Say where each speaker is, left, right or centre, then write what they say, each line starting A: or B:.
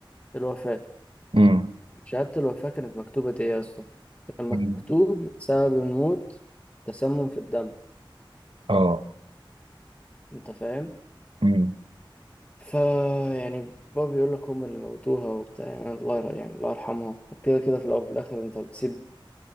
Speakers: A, on the left; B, on the right.
A: الوفاة
B: أمم.
A: شهادة الوفاة كانت مكتوبة إيه يا اسطى؟ كان
B: أمم.
A: مكتوب سبب الموت تسمم في الدم
B: أه
A: أنت فاهم؟
B: أمم.
A: فا يعني بابا بيقول لك هم اللي موتوها وبتاع يعني الله ير- يعني الله يرحمها وكده كده في الأول وفي الآخر أنت بتسيب